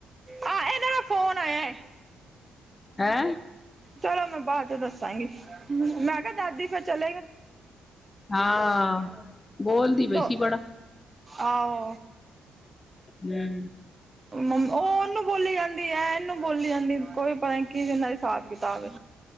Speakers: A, on the right (about 25°); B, on the left (about 25°).
A: ਆ ਇਹਨਾਂ ਦਾ ਫੋਨ ਆਇਆ ਹੈ
B: ਹੈ
A: ਚਲੋ ਮੈਂ ਬਾਅਦ ਚ ਦੱਸਾਂਗੀ ਮੈਂ ਕਿਹਾ ਦਾਦੀ ਫਿਰ ਚੱਲ
B: ਹਾਂ, ਬੋਲਦੀ ਪਈ
A: ਦੋ
B: ਸੀ ਬੜਾ
A: ਆਹੋ
B: ਹਮ
A: ਮੰ ਉਹ ਉਹਨੂੰ ਬੋਲੀ ਜਾਂਦੀ ਹੈ ਏ ਇਹਨੂੰ ਬੋਲੀ ਜਾਂਦੀ ਕੋਈ ਪਤਾ ਨੀ ਕੀ ਦੇ ਨਾ ਹਿਸਾਬ ਕਿਤਾਬ